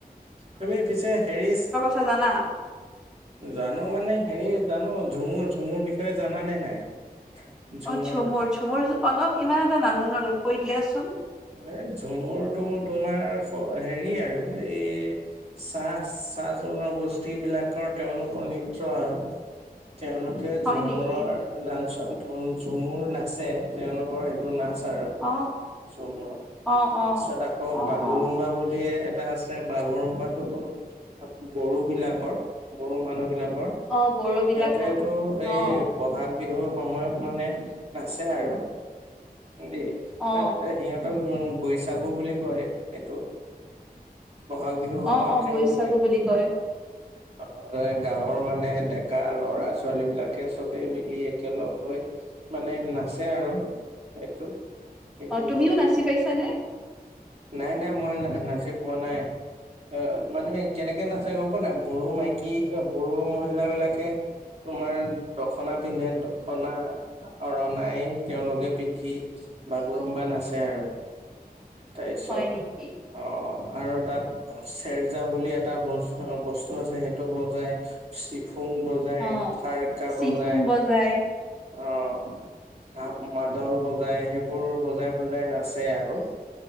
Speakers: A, on the right; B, in the centre.
A: তুমি পিছে হেৰি
B: খা জানা?
A: জানো মানে হেৰি জানো, ঝুমুৰ ঝুমুৰ বিষয়ে জানা নে নাই? ঝুমুৰ
B: অ চুমুৰ চুমুৰ অলপ ইমান এটা নাজানো আলো কৈ দিয়াচোন।
A: এ ঝুমুৰ টোমূৰ তোমাৰ হেৰি আৰু এই। চাহ চাহ জনগোষ্ঠী বিলাকৰ তেওঁলোকৰ নৃত্য আৰু। তেওঁলোকে
B: হয়
A: ঝুমুৰাৰ।
B: নেকি?
A: নাঞ্চৰ ঝুমুৰ নাচে তেওঁলোকৰ সেইটো নাচ আৰু।
B: অ।
A: ঝুমুৰ তাৰপিছত
B: অ', অ',
A: আকৌ
B: অ',
A: বাগুৰুম্বা
B: অ',
A: বুলি এ। টা আছে বাগৰুম্বটো হ'ল বড়ো বিলাকৰ বড়ো মানুহ বিলাকৰ।
B: অ', বড়োবিলাকৰ
A: সিয়তেটো
B: অ',
A: এ। বহাগ বিহুৰ সময়ত মানে নাচে আৰু দে।
B: অঁ।
A: সিহঁতক উ বৈশাগু বুলি কয় সেইটো বহাগ। বিহু সময়ত
B: অ', অ',
A: তেওঁলোকে
B: বৈচাগু বুলি কয়
A: অ। অ গাঁৱৰ মানে ডেকা লৰা ছোৱালী বিলাকে চবে মিলি একেলগ হৈ। মানে নাচে আৰু এইটো। এটো
B: অ', তুমিও নাচি পাইছানে
A: নাই নাই মই ন নাচি পোৱা নাই। অ মানে কেনেকে নাচে গম পোৱা নাই বড়ো মাইকী অ বড়ো মহিলা বিলাকে। তোমাৰ দখনা পিন্ধে দখনা। অ ৰণাই তেওঁলোকে পিন্ধি। বাগোঁৰুম্বা নাচে আছে আৰু তাৰপিছত।
B: হয় নেকি?
A: অ আৰু তাত চেৰজা বুলি এটা বস বস্তু আছে সেইটো বজাই। চিফুং বজাই
B: অ',
A: থাৰ্কা
B: চিফুং
A: বজায়
B: বজাই
A: অ। কাপ মাদল বজাই সেইবোৰ বজাই বজাই নাচে আৰু।